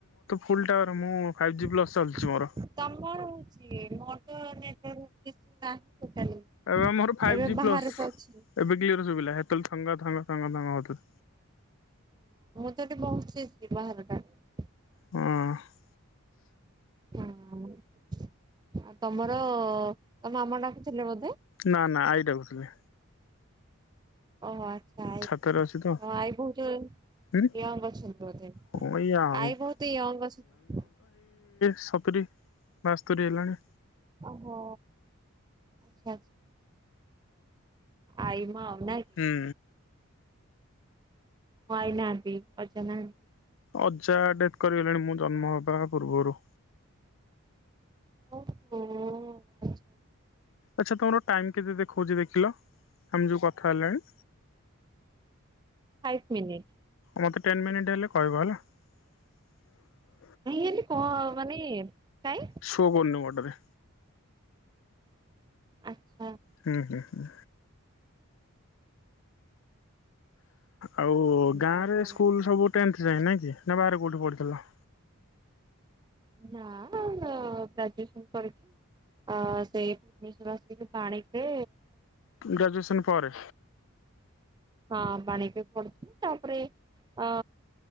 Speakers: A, on the left (about 65°); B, on the right (about 20°).
A: ଫୁଲ୍ ଟାୱାର ମୁଁ
B: ତମର
A: ଫାଇଭ୍ ଜି ପ୍ଲସ୍ ଚାଲିଛି
B: ହଉଚି
A: ମୋର।
B: ମୋର ତ ନେଟୱର୍କ କିଛି ନାହିଁ ଟୋଟାଲି।
A: ଏବେ ଆମର ଫାଇଭ
B: ଏବେ
A: ଜି
B: ବାହାରେ
A: ପ୍ଲସ୍
B: ତ ଅଛି
A: ଏବେ କ୍ଲୀୟର ସୁଭିଲା ସେତେବେଳେ ଥଙ୍ଗ ଥଙ୍ଗ ଥଙ୍ଗ ଥଙ୍ଗ ହଉଥିଲା
B: ବହୁତ ଷ୍ଟୀଟ ବାହାର ଟାରେ
A: ହଁ
B: ହଁ ତମର ତ ମାମା ଟାକୁ ଥିଲେ ବୋଧେ
A: ନା ନା ଆଇ ଡାକୁଥିଲେ
B: ଓହୋ ଆଇ ତ
A: ଛାତରେ ଅଛି ତ।
B: ଆଇ ବହୁତ
A: ହୁଁ
B: ୟଙ୍ଗ ଅଛନ୍ତି ବୋଧେ
A: ହଁ ଏଇ ୟାଙ୍ଗ
B: ଆଈ ବହୁତ ୟଙ୍ଗ ଅଛନ୍ତି
A: ସତରେ ବାସ୍ତୋରି ହେଲାଣି
B: ଓହୋ। ଆଚ୍ଛା ଆଚ୍ଛା। ନାଇଁ କି
A: ହୁଁ।
B: ମୋ ଆଇ ନାହାନ୍ତି ଅଜା ନାହା
A: ଅଜା ଡେଥ୍ କରିଗଲେଣି ମୁଁ ଜନ୍ମ ହ ବା ପୂର୍ବରୁ।
B: ଓହୋ ଆଛା।
A: ଆଚ୍ଛା ତମର ଟାଇମ୍ କେତେ ଦେଖଉଚି ଦେଖିଲ ଆମେ ଯୋଉ କଥା ହେଲେଣି?
B: Five minute.
A: ମୋତେ ଟେନ୍ ମିନିଟ ହେଲେ କହିବ ହେଲା ।
B: ନା‌ହିଁ ହେମିତି କ ମାନେ କାଇଁ
A: ସୋ କରୁନି ମୋ ଟାରେ।
B: ଆକ୍
A: ହୁଁ ହୁଁ ହୁଁ। ଆଉ
B: ନା
A: ଗାଁ ରେ
B: କଣ
A: ସ୍କୁଲ ସବୁ ଟେନଥ୍ ଯାଏ ନାଇଁ କି ନା ବାହାରେ କୋଉଠି ପଢିଥିଲ ।
B: ନା ଗ୍ରାଜୁଏସନ କରିକି ସେଇ ଭୁବନେଶ୍ଵର ଆସି ବାଣିରେ
A: ଗ୍ରାଜୁଏସନ୍ ପରେ।
B: ହଁ ବାଣିକେ ପଡୁଥିଲି ତାପରେ ଅ